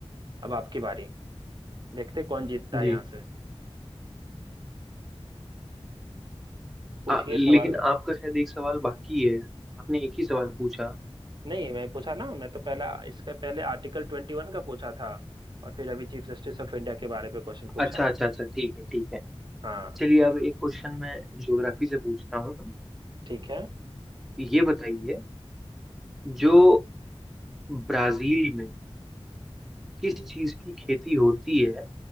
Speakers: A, on the right (about 50°); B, in the centre.
A: अब आपकी बारी देखते हैं कौन जीतता
B: जी
A: है यहाँ से पूछिए
B: आ, लेकिन
A: सवाल
B: आपका शायद एक सवाल बाकी है आपने एक ही सवाल पूछा
A: नहीं मैं पूछा ना मैं तो पहला इसका पहले आर्टिकल ट्वेंटी वन का पूछा था और फिर अभी चीफ जस्टिस ऑफ इंडिया के बारे में क्वेश्चन पूछा
B: अच्छा अच्छा अच्छा ठीक है ठीक है
A: हाँ
B: चलिए अब एक क्वेश्चन मैं ज्योग्राफी से पूछता हूँ
A: ठीक है
B: ये बताइए जो ब्राजील में किस चीज की खेती होती है